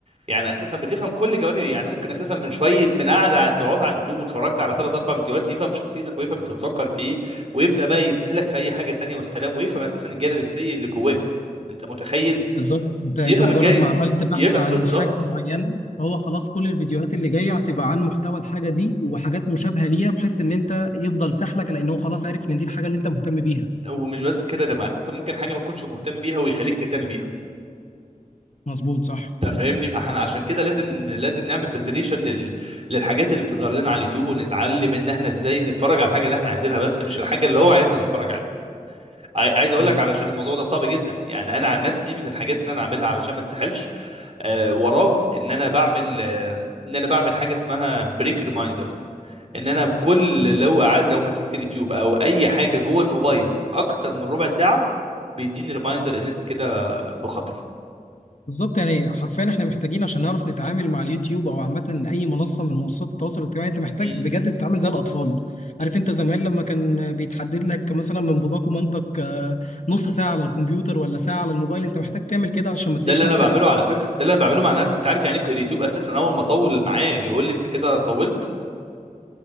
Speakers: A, on the right; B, on the left.
A: يعني اساسا بتفهم كل جوانب يعني ممكن اساسا من شويه من قاعده على- تقعد على اليوتيوب واتفرجت على ثلاث اربع فيديوهات يفهم شخصيتك ويفهم انت بتفكر في ايه ويبدا بقى يسحلك في اي حاجه تانية والسلام ويفهم اساسا الجانب السيء اللي جواك انت متخيل
B: بالظبط انت انت
A: يفهم
B: مجرد
A: الجانب
B: ما عملت بحث
A: يفهم
B: عن
A: بالظبط
B: حاجه معينه فهو خلاص كل الفيديوهات اللي جايه هتبقى عن محتوى الحاجه دي وحاجات مشابهه ليها بحيث ان انت يفضل سحلك لان هو خلاص عارف ان دي الحاجه اللي انت مهتم بيها
A: ومش بس كده ده مع اساسا ممكن حاجه ما تكونش مهتم بيها ويخليك تهتم بيها
B: مظبوط صح
A: انت فاهمني فاحنا عشان كده لازم لازم نعمل فلتريشن لل... للحاجات اللي بتظهر لنا على اليوتيوب ونتعلم ان احنا ازاي نتفرج على الحاجه اللي احنا عايزينها بس مش الحاجه اللي هو عايزنا نتفرج عليها عاي- عايز اقول
B: مظبوط
A: لك علشان الموضوع ده صعب جدا يعني انا عن نفسي من الحاجات اللي انا عاملها علشان ما تسحلش آه وراه ان انا بعمل آه ان انا بعمل حاجه اسمها بريك ريمايندر ان انا بكل لو قعد- لو مسكت اليوتيوب او اي حاجه جوه الموبايل اكتر من ربع ساعه بيديني ريمايندر ان انت كده في خطر
B: بالظبط يعني حرفيا احنا محتاجين عشان نعرف نتعامل مع اليوتيوب او عامه اي منصه من منصات التواصل الاجتماعي انت محتاج
A: مم.
B: بجد تتعامل زي الاطفال عارف انت زمان لما كان بيتحدد لك مثلا من باباك ومامتك آه، نص ساعه على الكمبيوتر ولا ساعه على الموبايل انت محتاج تعمل كده عشان ما
A: ده
B: تلاقيش
A: اللي انا
B: نفسك
A: بعمله
B: اتسحبت
A: على فكره ده اللي انا بعمله مع نفسي انت عارف يعني إيه اليوتيوب اساسا اول ما اطول معاه يقول لي انت كده طولت